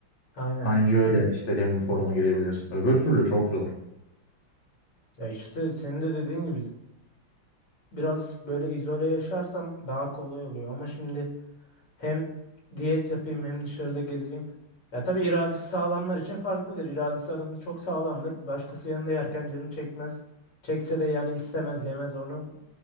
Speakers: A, on the left; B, on the left.
A: aynen.
B: Anca öyle istediğin bir forma girebilirsin. Öbür türlü çok zor.
A: Ya işte senin de dediğin gibi biraz böyle izole yaşarsam daha kolay oluyor ama şimdi Hem diyet yapayım hem dışarıda gezeyim. Ya tabii iradesi sağlamlar için farklıdır. İradesi adamın çok sağlamdır. Başkası yanında yerken canını çekmez. Çekse de yani istemez yemez onu.